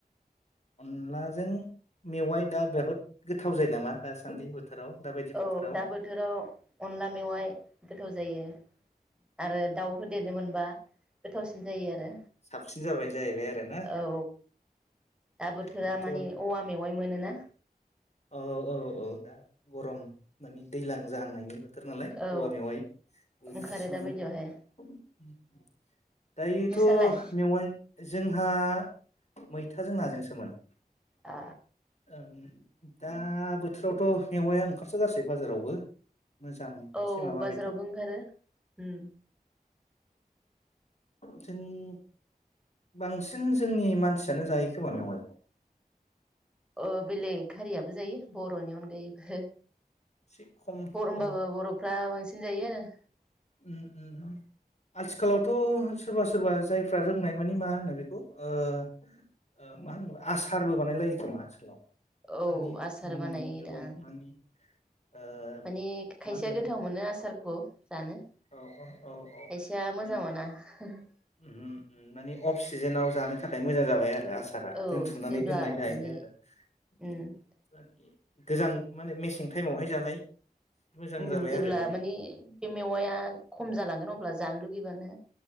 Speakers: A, on the left (about 45°); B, in the centre.
A: अनलाजों मेवाइ दा बेहुत गोथाव जायो नामा दासान्दि बोथोराव दाबायदि
B: औ
A: बोथोराव
B: दा बोथोराव अनला मेवाइ गोथाव जायो आरो दाउ होदेरनो मोनबा गोथावसिन जायो आरो।
A: साबसिन जाबाय जाहैबाय आरोना
B: औ दा बोथोरा
A: बेथ'
B: माने औवा मेवाइ मोनोना
A: औ औ औ दा गरम माने दैज्लां जाहांनायनि बो थोर नालाय
B: औ
A: औवा मेवाइ ओंखारसै
B: ओंखारो दा
A: नालाय।
B: बायदियावहाय
A: दायोथ'
B: नोंसालाय
A: मेवाइ जोंहा मैथाजों नाजोंसोमोन।
B: आ
A: ओं। दा बोथोरावथ' मेवाया ओंखारसोगारसै बाजारावबो। मोजां मोनसे
B: औ
A: माबा
B: बाजारावबो
A: बेथ'
B: ओंखारो ओम।
A: जों बांसिन जोंनि मानसियानो जायो खोमा मेवाइखौ
B: ओ बेलेग हारियाबो जायो बरनि अनगायैबो
A: एसे खम
B: बर' होमबाबो
A: औ
B: बर'फ्रा बांसिन जायो आरो <inaudible>
A: ओम ओम ओम आथिखालावथ सोरबा सोरबा जायफ्रा रोंनाय माने मा होनो बेखौ ओ ओ मा होनो आसारबो बानायलायो खोमा आथिखालाव
B: औ
A: दानि
B: आसार
A: उम
B: बानायोदां
A: जुगाव मानि ओ
B: माने खायसेया
A: मा होनगोन
B: गोथाव
A: बेखौ
B: मोनो आसारखौ जानो
A: औ औ औ औ
B: खायसेया
A: मानि
B: मोजां <unintelligible>
A: ओम ओम माने अफ सिजोनाव जानो थाखाय मोजां जाबाय आरो आरो आसारा
B: औ
A: दोनथुमनानै
B: जेब्ला
A: दोननाय जाहैबाय
B: माने
A: आरो ओम
B: उम
A: ओम गोजां माने मेसें टाइमावहाय जानाय <inaudible>
B: ओम
A: जाबाय
B: जेब्ला
A: आरो बेयो
B: मानि बे मेवाया खम जालांगोन अब्ला जानो लुगैबानो